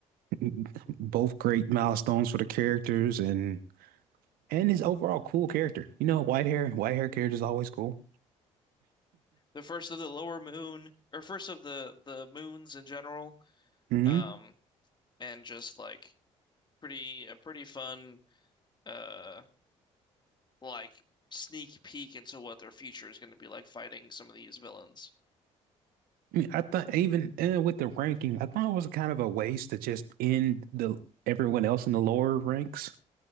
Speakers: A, on the right (about 70°); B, on the left (about 30°).
A: <laughs> Both great milestones for the characters and and his overall cool character. You know, white hair, white hair character is always cool.
B: The first of the lower moon, or first of the the moons in general.
A: hmm
B: Um, and just like pretty a pretty fun uh like sneak peek into what their future is going to be like fighting some of these villains.
A: I mean, I thought even uh, with the ranking, I thought it was kind of a waste to just end the everyone else in the lower ranks